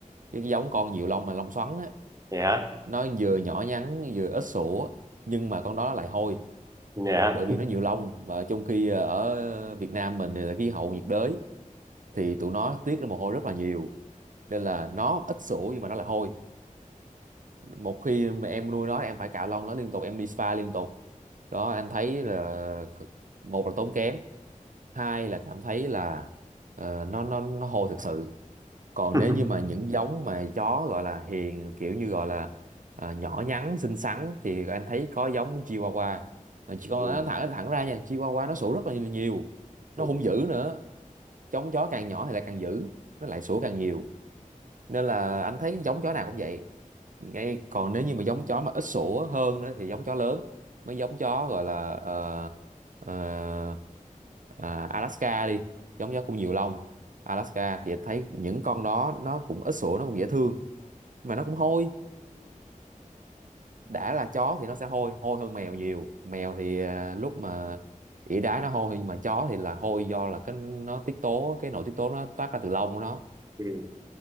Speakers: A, on the right (about 70°); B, on the right (about 25°).
A: cái giống con nhiều lông mà lông xoắn á
B: nhé
A: nó vừa nhỏ nhắn vừa ít sữa nhưng mà con đó lại hôi
B: nhé
A: bởi vì nó nhiều lông và trong khi ờ, ở Việt Nam mình thì là khí hậu nhiệt đới thì tụi nó tiết ra mồ hôi rất là nhiều nên là nó ít sữa nhưng mà nó lại hôi một khi mà em nuôi nó em phải cạo lông nó liên tục em đi spa liên tục đó anh thấy là kh- một là tốn kém hai là cảm thấy là ờ, nó nó nó hôi thực sự còn
B: <laughs>
A: nếu như mà những giống mà chó gọi là hiền kiểu như gọi là à, nhỏ nhắn xinh xắn thì anh thấy có giống Chihuahua Mà chỉ con
B: Ừ.
A: nó thẳng thẳng ra nha Chihuahua nó sủa rất là nhiều nó
B: Ừ.
A: hung
B: Ừ.
A: dữ nữa giống chó càng nhỏ thì lại càng dữ nó lại sủa càng nhiều nên là anh thấy giống chó nào cũng vậy ngay còn nếu như mà giống chó mà ít sủa hơn nữa thì giống chó lớn mấy giống chó gọi là ờ, ờ, à, Alaska đi giống chó cũng nhiều lông Alaska thì thấy những con đó nó cũng ít sủa nó cũng dễ thương mà nó cũng hôi đã là chó thì nó sẽ hôi hôi hơn mèo nhiều mèo thì à, lúc mà ỉa đái nó hôi nhưng mà chó thì là hôi do là cái nó tiết tố cái nội tiết tố nó toát ra từ lông của nó
B: Ừ.